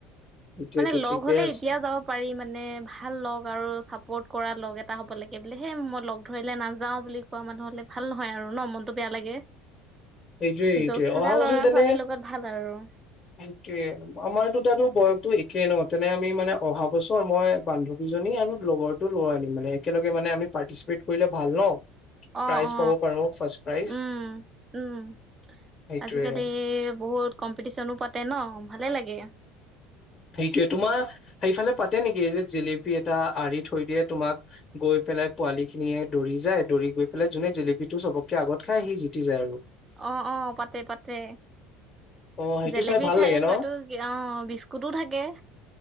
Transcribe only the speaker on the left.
এইটোয়েটো
ঠিকে
আছে
এইটোয়ে এইটোয়ে
অহা বছৰ
তেনে
সেইটোয়ে আমাৰতো তাতো বয়সতো একেই ন তেনে আমি মানে অহা বছৰ মই বান্ধৱীজন মি আৰু লগৰটো ল'ই আনিম মানে একেলগে মানে আমি পাৰ্টিচিপেট কৰিলে ভাল ন? প্ৰাইজ
পাব পাৰো ফাৰ্ষ্ট প্ৰাইজ
সেইটোয়ে
সেইটোয়ে তোমাৰ সেইফালে পাতে নেকি এই যে জলেপী পি এটা আৰি থৈ দিয়ে তোমাক গৈ পেলাই পোৱালি খিনিয়ে দৌৰি যায় দৌৰি গৈ পেলাই যোনে জেপি সিটো চবতকে আগত খাই সি জিতি যায় আৰু
অ সেইটো
চাই ভাল
লাগে ন